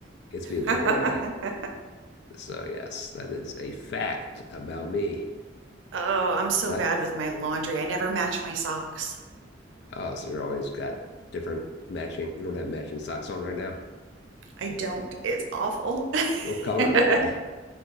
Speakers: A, on the left; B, on the right.
A: it's being put
B: <laughs>
A: away. So yes, that is a fact about me.
B: Oh, I'm so
A: And I
B: bad with my laundry. I never match my socks.
A: oh, so you're always got different matching. You don't have matching socks on right now.
B: I don't. It's awful.
A: What color
B: <laughs>
A: are they?